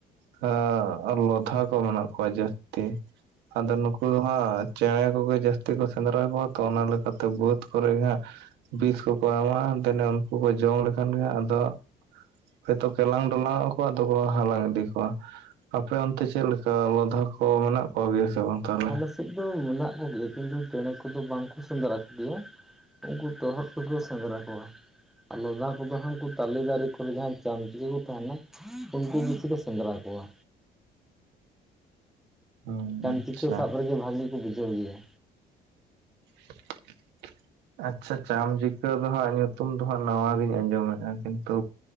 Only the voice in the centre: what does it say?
ᱟᱞᱮ ᱥᱮᱫ ᱫᱚ ᱢᱮᱱᱟᱜ ᱠᱚ ᱜᱮᱭᱟ ᱠᱤᱱᱛᱩ ᱪᱮᱬᱮ ᱠᱚᱫᱚ ᱵᱟᱝ ᱠᱚ ᱥᱮᱸᱫᱽᱨᱟ ᱠᱚ ᱜᱮᱭᱟ᱾ ᱱᱩᱠᱩ ᱛᱚᱨᱦᱚᱫ ᱠᱚ ᱥᱮᱸᱫᱽᱨᱟ ᱠᱚᱣᱟ᱾ ᱟᱨ ᱞᱚᱫᱟ ᱠᱚ ᱫᱚᱦᱚᱭ ᱩᱱᱠᱩ ᱛᱟᱞᱮ ᱫᱟᱨᱮ ᱠᱚᱨᱮ ᱡᱟᱦᱟᱸᱭ ᱪᱟᱢᱪᱤᱠᱤ ᱠᱚ ᱛᱟᱦᱮᱱᱟᱼᱼ ᱩᱱᱠᱩ ᱠᱤᱪᱷᱩ ᱞᱮ ᱥᱮᱸᱫᱽᱨᱟ ᱠᱚᱣᱟ᱾
ᱪᱟᱢᱪᱤᱠᱤ
ᱥᱟᱵ ᱨᱮᱜᱮ ᱵᱷᱟᱹᱜᱤ ᱞᱤᱧ ᱵᱩᱡᱷᱟᱹᱣ ᱜᱮᱭᱟ᱾